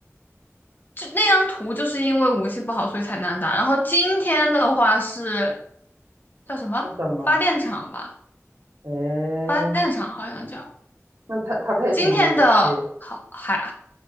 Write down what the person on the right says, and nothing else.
是什么？诶，
那他他配什么武器？